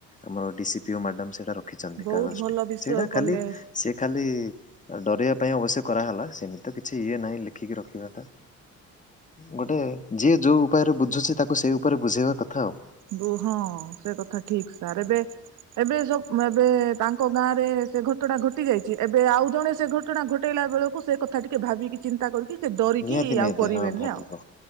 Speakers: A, on the left; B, on the right.
A: ଆମର ଡିସି ପିଓ ମ୍ୟାଡାମ ସେଇଟା ରଖିଛନ୍ତି
B: ବହୁତ
A: କାଗଜଟି,
B: ଭଲ ବିଷୟ
A: ସେଇଟା
B: କଲେ
A: ଖାଲି ସେି ଖାଲି ଡରେଇବା ପାଇଁ ଅବଶ୍ୟ କରାହେଲା ସେମିତିତ କିଛି ଇଏ ନାହିଁ ଲେଖିକି ରଖିବାଟା। ଗୋଟେ ଯିଏ ଯୋଉ ଉପାୟରେ ବୁଝୁଚି, ତାକୁ ସେଇ ଉପାୟରେ ବୁଝେଇବା କଥା ଆଉ।
B: କୁ ହଁ ସେ କଥା ଠିକ ସାର୍ ଏବେ ଏବେ ସବ ଏବେ ତାଙ୍କ ଗାଁରେ ସେ ଘଟଣା ଘଟି ଯାଇଚି, ଏବେ ଆଉ ଜଣେ ସେ ଘଟଣା ଘଟେଇଲା। ବେଳକୁ ସେ କଥା ଟିକେ ଭାବିକି ଚିନ୍ତା କରିକି ସେ ଡରିକି
A: ନିହାତି ନିହାତି
B: ଆଉ କରିବେନି
A: ହଁ ଭାବିବ
B: ଆଉ